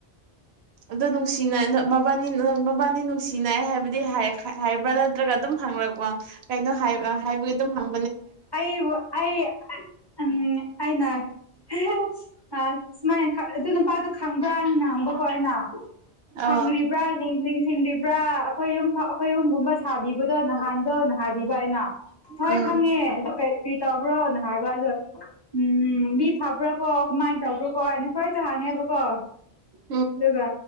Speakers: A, on the right (about 70°); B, on the left (about 25°).
A: ꯑꯗꯣ ꯅꯨꯡꯁꯤꯅ ꯃꯕꯥꯅꯤ ꯃꯕꯥꯅꯤ ꯅꯨꯡꯁꯤꯅꯏ ꯍꯥꯏꯕꯗꯤ ꯍꯥꯏꯕ꯭ꯔꯥ ꯅꯠꯇ꯭ꯔꯒ ꯑꯗꯨꯝ ꯍꯪꯂꯛꯄ ꯀꯩꯅꯣ ꯍꯥꯏ ꯍꯥꯏꯕꯒꯤ ꯑꯗꯨꯝ ꯍꯪ
B: ꯑꯩꯕꯨ ꯑꯩ ꯎꯝ ꯑꯩꯅ ꯍꯦ ꯍꯦ ꯑꯥ ꯁꯨꯃꯥꯏꯅ ꯑꯗꯨ ꯅꯨꯄꯥꯗꯣ ꯈꯪꯕ꯭ꯔꯥ ꯍꯪꯕꯀꯣ ꯑꯩꯅ ꯈꯪ꯭ꯔꯤꯕ꯭ꯔꯥ
A: ꯑꯥ
B: ꯅꯤꯡ ꯅꯤꯡ ꯍꯤꯟꯗꯤꯕ꯭ꯔꯥ ꯑꯩꯈꯣꯏ ꯌꯨꯝ ꯑꯩꯈꯣꯏ ꯌꯨꯝꯒꯨꯝꯕ ꯁꯥꯕꯤꯕꯗꯣ ꯅꯍꯥꯟꯗꯣ ꯍꯥꯏꯕꯤꯕ ꯍꯥꯏꯅ ꯍꯣꯏ
A: ꯎꯝ
B: ꯈꯪꯉꯦ ꯑꯗꯨ ꯀꯔꯤ ꯇꯧꯕ꯭ꯔꯣꯅ ꯍꯥꯏꯕ ꯑꯗꯣ ꯎꯝ ꯃꯤ ꯐꯕ꯭ꯔꯥ ꯀꯣ ꯀꯃꯥꯏꯅ ꯇꯧꯕ꯭ꯔꯣ ꯀꯣ ꯑꯩꯈꯣꯏꯗ ꯍꯥꯡꯉꯦꯕꯀꯣ
A: ꯎꯝ
B: ꯑꯗꯨꯒ